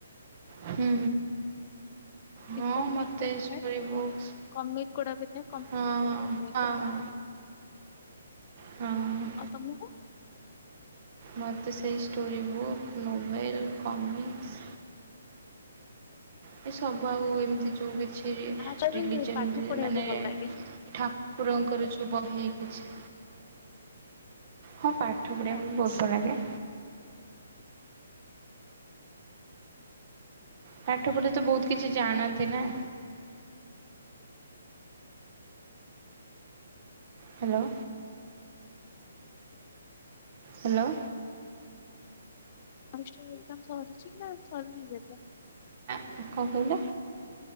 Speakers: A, on the right; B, on the left.
A: ହୁଁ। ହଁ
B: କମିକ୍
A: ମୋତେ
B: ଗୋଡ଼ା ଥାଏ
A: ଷ୍ଟୋରି ବୁକ୍ସ୍
B: କମିକ୍ ଗୋଡା ବି ଥାଏ
A: ହଁ ହଁ ହଁ
B: <unintelligible>
A: ହଁ ହଁ
B: ଆଉ ତମୁକୁ।
A: ମୋତେ ସେଇ ଷ୍ଟୋରି ବୁକ୍ ନୋଭେଲ୍ କମିକ୍ସ ଏଇ ସବୁ ଆଉ ଏମିତି ଯଉ କିଛି ରି
B: ଆର୍ଟ୍ସ ବି
A: ରିଲିଜନ
B: ପାଠ
A: ରେ
B: ପଢିବାକୁ
A: ମାନେ
B: ଭଲ ଲାଗେ।
A: ଠାକୁରଙ୍କର ଯୋଉ ବହି କିଛି। ହଁ ପାଠ ପଢ଼ିବାକୁ
B: ଓହୋ।
A: ବି ବହୁତ ଭଲ ଲାଗେ। ପାଠ ପଢେ ତ ବହୁତ କିଛି ଜାଣନ୍ତି ନା। ହାଲୋ। ହାଲୋ।
B: ଅଉ ଏ <unintelligible> ଏକଜାମ ସରିଯି ନା ସରିନି <unintelligible>
A: ଆ କଣ କହିଲେ।